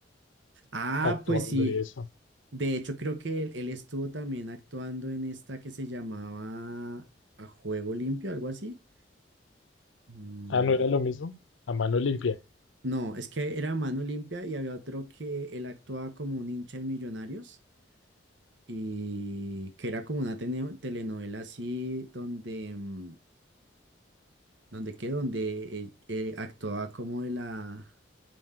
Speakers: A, on the right (about 70°); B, on the left (about 90°).
A: Ah,
B: actuando
A: pues sí.
B: y eso.
A: De hecho, creo que él, él estuvo también actuando en esta que se llamaba A Juego Limpio, algo así. Mm,
B: Ah, no era lo mismo. A mano limpia,
A: no, es que era Mano Limpia y había otro que él actuaba como un hincha de Millonarios y que era como una tene- telenovela así donde, mm, donde qué, donde eh, eh, actuaba como de la